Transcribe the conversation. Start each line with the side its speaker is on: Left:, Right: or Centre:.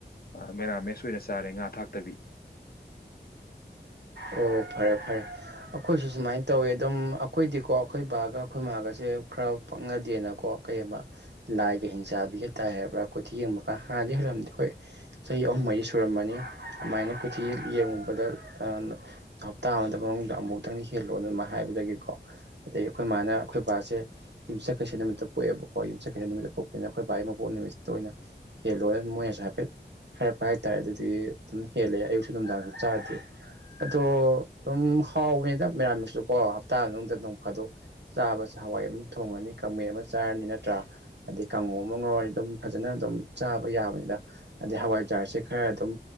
Left: ꯑꯥ ꯃꯦꯔꯥꯃꯦꯁ ꯑꯣꯏꯅ ꯆꯥꯔꯦ ꯉꯥ ꯊꯥꯛꯇꯕꯤ
Right: ꯑꯣ ꯐꯔꯦ ꯐꯔꯦ ꯑꯈꯣꯏꯁꯨ ꯁꯨꯃꯥꯏꯟ ꯇꯧꯋꯦ ꯑꯗꯨꯝ ꯑ ꯈꯣꯏꯗꯤꯀꯣ ꯑꯩꯈꯣꯏ ꯕꯥꯒ ꯑꯩꯈꯣꯏ ꯃꯥꯒꯁꯦ ꯈꯔ ꯄꯪꯅꯗꯦꯅꯀꯣ ꯀꯩꯑꯕ ꯂꯥꯏꯒ ꯍꯤꯡꯆꯥꯕꯤꯒ ꯇꯥꯏ ꯍꯥꯏꯔꯕ꯭ꯔꯥ ꯀꯨꯊꯤ ꯌꯦꯡꯕꯀꯥꯟ ꯍꯥꯟꯅꯗꯤ ꯍꯦꯜꯂꯝꯗꯦ ꯍꯣꯏ ꯆꯍꯤ ꯑꯍꯨꯝ ꯃꯔꯤ ꯁꯨꯔꯝꯃꯅꯤ ꯑꯗꯨꯃꯥꯏꯅ ꯀꯨꯊꯤ ꯌꯦꯡꯉꯨꯕꯗ ꯑꯥꯟꯅꯣ ꯍꯞꯇꯥ ꯑꯃꯗ ꯃꯅꯨꯡꯗ ꯑꯃꯨꯛꯇꯪ ꯍꯦꯜꯂꯣꯅ ꯑꯗꯨꯃꯥꯏ ꯍꯥꯏꯕꯗꯒꯤꯀꯣ ꯑꯗꯩ ꯑꯩꯈꯣꯏ ꯃꯥꯅ ꯑꯩꯈꯣꯏ ꯕꯥꯁꯦ ꯌꯨꯝꯆꯠꯀꯩꯁ ꯅꯨꯃꯤꯠꯇ ꯄꯣꯛꯑꯦꯕꯀꯣ ꯌꯨꯝꯆꯠꯀꯩꯁ ꯅꯨꯃꯤꯠꯇ ꯄꯣꯛꯄꯅꯤꯅ ꯑꯈꯣꯏ ꯚꯥꯏ ꯃꯄꯣꯛ ꯅꯨꯃꯤꯠꯇ ꯑꯣꯏꯅ ꯍꯦꯜꯂꯣꯏ ꯃꯣꯏꯅꯁꯨ ꯍꯥꯏꯐꯦꯠ ꯍꯥꯏꯔꯛꯄ ꯍꯥꯏꯇꯥꯔꯦ ꯑꯗꯨꯗꯨꯗꯤ ꯑꯗꯨꯝ ꯍꯦꯜꯂꯦ ꯑꯌꯨꯛꯁꯨ ꯅꯨꯡꯗꯥꯡꯁꯨ ꯆꯥꯗꯦ ꯑꯗꯣ ꯑꯗꯨꯝ ꯍꯥꯎꯕꯅꯤꯗ ꯃꯦꯔꯥꯃꯤꯁꯁꯨꯨ ꯀꯣ ꯍꯞꯇꯥ ꯃꯅꯨꯡꯗ ꯅꯣꯡ ꯐꯥꯗꯣꯛ ꯆꯥꯕꯁꯦ ꯍꯋꯥꯏ ꯑꯃ ꯊꯣꯡꯉꯅꯤ ꯀꯥꯡꯃꯦ ꯑꯃ ꯆꯥꯔꯅꯤ ꯅꯠꯇ꯭ꯔꯥ ꯑꯗꯩ ꯀꯥꯡꯉꯧ ꯑꯃ ꯉꯧꯔꯅꯤ ꯑꯗꯨꯝ ꯐꯖꯅ ꯑꯗꯨꯝ ꯆꯥꯕ ꯌꯥꯕꯅꯤꯗ ꯑꯗꯩ ꯍꯋꯥꯏꯖꯥꯔꯁꯦ ꯈꯔ ꯑꯗꯨꯝ